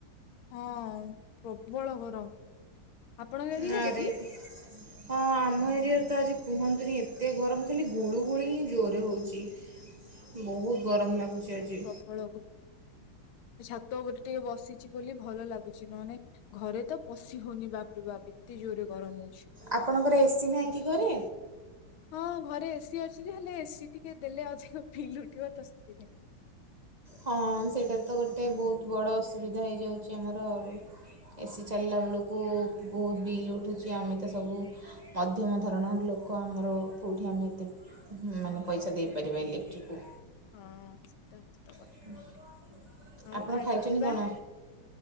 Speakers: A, on the left (about 75°); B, on the right (about 25°).
A: ହଁ ପ୍ରବଳ ଗରମ। ଆପଣଙ୍କ ଏରିଆରେ
B: ନାଁରେ ବି ହଁ ଆମ ଏରିଆରେ ତ ଆଜି କୁହନ୍ତୁନି ଏତେ ଗରମ ଖାଲି ଗୁଳୁ ଗୁଳି ହିଁ ଜୋରେ ହଉଛି ବହୁତ ଗରମ ଲାଗୁଛି ଆଜି
A: ବଳ ଛାତ ଗୋଟେ ଟିକେ ବସିଛି ବୋଲି ଭଲ ଲାଗୁଛି ନହୋନେ ଘରେ ତ ପଶି ହଉନି ବାପରେ ବାପ ଏତେ ଜୋରରେ ଗରମ ହ ଅଉଛି
B: ଆପଣଙ୍କର ଏସିି ନାହିଁ କି କରେ
A: ହଁ ଘରେ ଏସି ଅଛି ଯେ ହେଲେ ଏସି ଟିକେ ଦେଲେ ଅଧିକ ଫିଲ ଉଠିବ ତ ସେଥି ନାଇଁ
B: ହଁ ସେଇଟା ତ ଗୋଟେ ବହୁତ ବଡ଼ ଅସୁବିଧା ହେଇଯାଉଛି ଆମର ଏସି ଚାଲିଲା
A: ହଁ
B: ବେଳକୁ ବହୁତ ବିଲ୍ ଉଠୁଛି ଆମେ ତ ସବୁ ମଧ୍ୟମ ଧରଣର ଲୋକ ଆମର କୋଉଠି ଆମେ ଏତେ ହୁଁ ମାନେ ପଇସା ଦେଇପାରିବା ଇଲେକ୍ଟ୍ରିକକୁ
A: ହଁ ସେଇଟା ହଉଛି ତ କଥା
B: ହ
A: ଆଉ
B: ଆପଣ
A: ଖାଇବା
B: ଖାଇଛନ୍ତି
A: ପିଇବା
B: କଣ